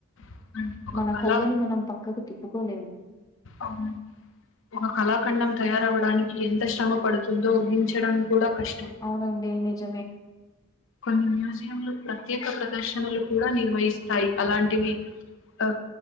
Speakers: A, on the left (about 60°); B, on the left (about 15°).
A: అవునండి, ఒక
B: మన
A: కళా
B: కళ్ళని మనం పక్కకు తిప్పుకోలేము.
A: అవును ఒక కళాఖండం తయారవడానికి ఎంత శ్రమ పడుతుందో ఊహించడం కూడా కష్టం
B: అవునండి నిజమే.
A: కొన్ని మ్యూజియంలు ప్రత్యేక ప్రదర్శనలు కూడా నిర్వహిస్తాయి అలాంటివి. ఆ